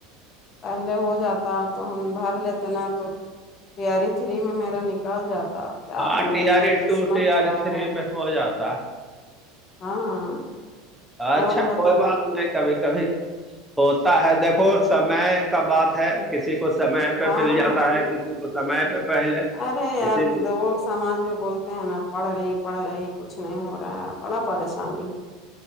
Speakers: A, on the left; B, in the centre.
A: پہلے ہو جاتا تو ہم بھر لیتے نا تو تیاری تھری میں میرا نکال جاتا کیا
B: ہاں
A: بولے
B: ٹی آر
A: یار
B: ای
A: قسمت
B: ٹو ٹی
A: خراب
B: آر ای تھری
A: ہے
B: میں ہو جاتا ہے
A: ہاں
B: اچھا
A: اور بتاؤ
B: کوئی بات نہیں کبھی کبھی ہوتا ہے دیکھو سمے کا بات ہے کسی کو سمے پہ
A: ہاں
B: پل جاتا ہے تو سمے پہ پہلے
A: ارے
B: اسی
A: ار
B: لیے
A: سماج میں بولتے ہیں نا پڑھ رہی پڑھ رہی کچھ نہیں ہو رہا ہے بڑا پریشانی